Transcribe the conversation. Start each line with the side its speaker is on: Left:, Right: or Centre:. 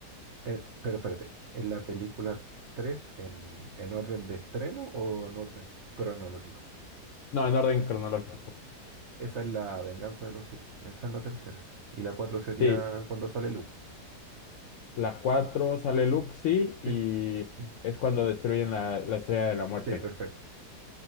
Right: Eh, pero espérate, ¿en la película 3 en, en orden de estreno o en orden cronológico?
Left: No, en orden cronológico.
Right: Esa es la venganza de los Sith, esa es la tercera. Y la 4 sería
Left: Sí,
Right: cuando sale Luke.
Left: la 4 sale Luke, sí,
Right: Sí.
Left: y
Right: Mm.
Left: es cuando destruyen la, la Estrella de la Muerte.
Right: Sí, perfecto.